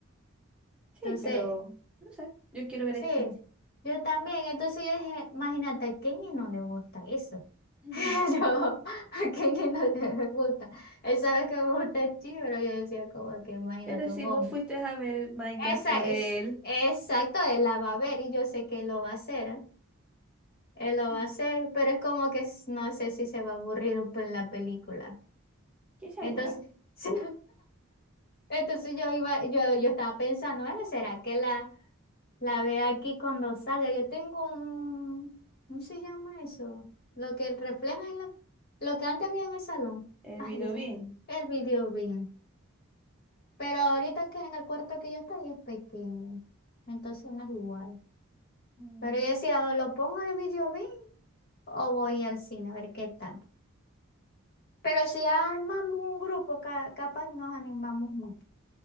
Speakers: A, in the centre; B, on the left.
A: Sí,
B: Entonces,
A: pero no sé, yo quiero ver
B: Sí,
A: a Stitch.
B: yo también. Entonces yo dije, imagínate, a Kenny no le gusta eso.
A: Ujú.
B: <laughs> Yo, a Kenny no le gusta. Él sabe que me gusta el chi, pero yo decía como que imagínate
A: Pero si
B: un hombre.
A: vos fuiste a ver el Minecraft
B: Esa
A: por él,
B: es, exacto, él la va a ver y yo sé que él lo va a hacer, ¿eh? Él
A: Ujú.
B: lo va a hacer, pero es como que s- no sé si se va a aburrir un po- en la película.
A: que se
B: Entonces,
A: aburra.
B: <laughs> sí. Entonces yo iba, yo, yo estaba pensando, bueno, ¿será que la La ve aquí cuando salga. Yo tengo un, ¿cómo se llama eso? Lo que refleja en la, lo que antes había en el salón.
A: El
B: Ay,
A: video
B: ya sé.
A: bien.
B: El video bien. Pero ahorita que en el cuarto que yo estoy es pequeño. Entonces no es igual.
A: Mm,
B: Pero yo decía, ¿o lo pongo en el video bien o voy al cine a ver qué tal? Pero si armamos un grupo, ca- capaz nos animamos más.